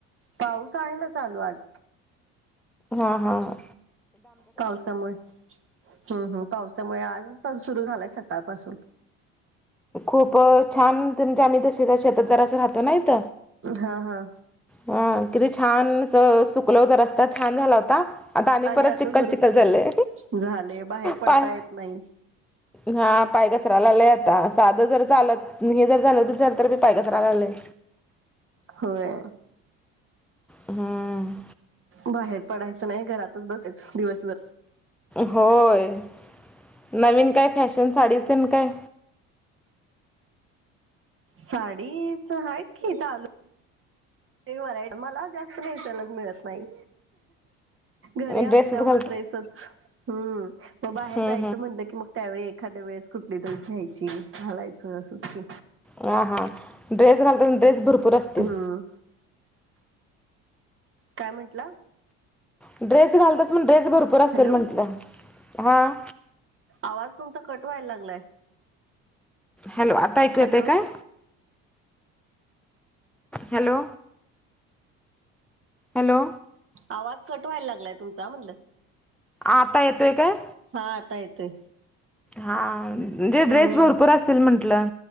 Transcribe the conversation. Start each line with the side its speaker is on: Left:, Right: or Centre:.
Right: पाऊस आहे ना चालू आज.
Centre: हा हा हा.
Right: पावसामुळे. हम्म हम, पावसामुळे आज तर सुरू झालाय सकाळ पासून.
Centre: खूप छान. तुमच्या आम्ही तसे शेतात जरासं राहतो ना इथ.
Right: हा हा.
Centre: हा किती छान सुकल हो. तर रस्ता छान झाला होता. आता आणि परत
Right: आता
Centre: चिखल
Right: सुरू
Centre: चिखल झाले.
Right: झाले बाहेर पडता
Centre: पाय
Right: येत नाही
Centre: हा पाय कसरा लागलेत आता साधं जर चालत हे जर झालं तुझर तर मी पाय कचरालंय
Right: होय
Centre: हम्म,
Right: बाहेर पडायचं नाही घरातच बसायचं दिवसभर
Centre: होय नवीन काय फॅशन साडीत काय
Right: साडीच आहेत की चालू ते वराय मला जास्त मेट्येलाच मिळत नाही घरी
Centre: ड्रेसच
Right: असल्यामुळे
Centre: घाल
Right: ड्रेसच हम्म मग बाहेर
Centre: हम्म
Right: जायचं म्हटलं की मग त्यावेळी एखाद्या वेळेस कुठली तर घ्यायची घालायचं असंच की
Centre: हा हा ड्रेस घालताना ड्रेस भरपूर असतील.
Right: हम्म काय म्हंटला
Centre: ड्रेस घालत्यास म्हणून ड्रेस भरपूर असतील
Right: हॅलो
Centre: म्हटलं हां.
Right: आवाज तुमचा कट व्हाय लागलाय.
Centre: हॅलो आता ऐकू येते
Right: हॅलो
Centre: काय हॅलो हॅलो.
Right: आवाज कट व्हायला लागलाय तुमचा म्हणलं
Centre: आता येतो य काय
Right: हा आता येतय
Centre: हां जे
Right: हम्म
Centre: ड्रेस भरपूर असतील म्हटलं,